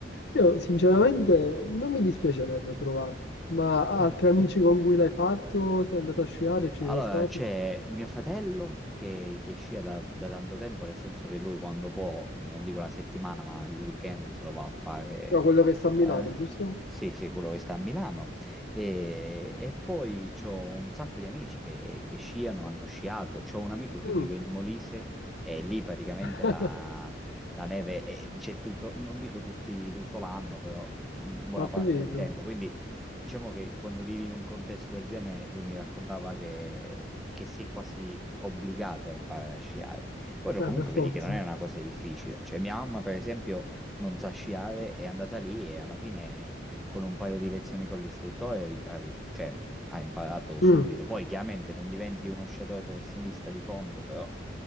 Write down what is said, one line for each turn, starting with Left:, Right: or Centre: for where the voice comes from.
Left: Io, sinceramente, non mi dispiacerebbe provare, ma altri
Centre: Mm.
Left: amici con cui l'hai fatto, sei andato a sciare, ci
Centre: Allora,
Left: sono stati?
Centre: c'è mio fratello che, che scia da, da tanto tempo, nel senso che lui quando può, non dico una settimana, ma il weekend se lo va a fare.
Left: No, quello che sta a Milano,
Centre: eh,
Left: giusto?
Centre: sì, sì, quello che sta a Milano. E, e poi c'ho un sacco di amici che, che sciano, hanno sciato. C'ho un amico che
Left: Mm.
Centre: vive in Molise e lì praticamente
Left: <laughs>
Centre: la, la neve è- c'è tutto, non dico tutti, tutto l'anno, però mm, buona
Left: Ho
Centre: parte
Left: capito.
Centre: del tempo. Quindi Diciamo che quando vivi in un contesto del genere, lui mi raccontava che, che- che sei quasi obbligato a imparare a sciare. Poi lo-
Left: Eh,
Centre: comunque
Left: per forza.
Centre: vedi che non è una cosa difficile. Cioè, mia mamma, per esempio, non sa sciare, è andata lì e alla fine, con un paio di lezioni con l'istruttore, ha, cioè, ha imparato
Left: Mm.
Centre: subito. Poi chiaramente non diventi uno sciatore professionista di fondo, però